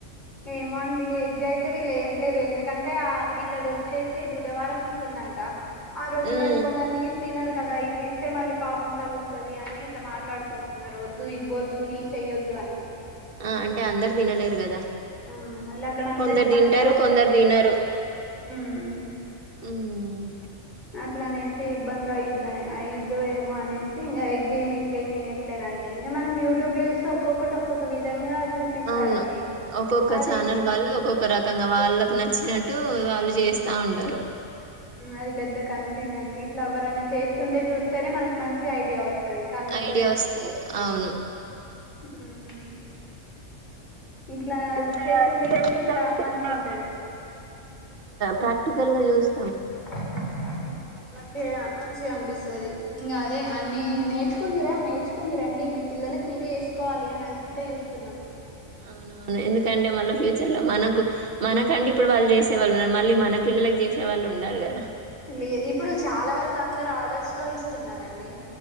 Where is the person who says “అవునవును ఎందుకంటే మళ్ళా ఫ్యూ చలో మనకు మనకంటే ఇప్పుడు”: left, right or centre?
Right